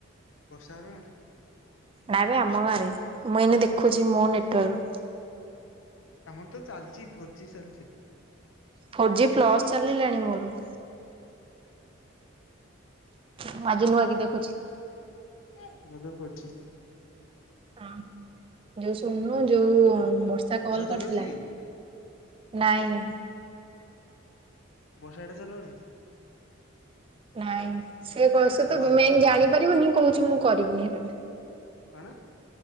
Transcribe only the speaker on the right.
ନାଇଁ ବେ ଆମ ଗାଁ ରେ ମୁଁ ଏଇନେ ଦେଖୁଛି ମୋ ନେଟୱାର୍କ।
ଫୋର୍ ଜି ପ୍ଲସ୍ ଚାଲିଲାଣି ମୋର। ମୁଁଆଜି ନୂଆ କି ଦେଖୁଛି।
ହଁ ଯୋଉ ଶୁଣୁନୁ ଯୋଉ ବର୍ଷା କଲ
କରିଥିଲା।
ନାଇଁ ନାଇଁ।
ନାଇଁ ସେ କ
ସେ ତ
ମେନ୍ ଜାଣିପାରିବନିଁ କହୁଛି ମୁଁ କରିବିନି ହେରା।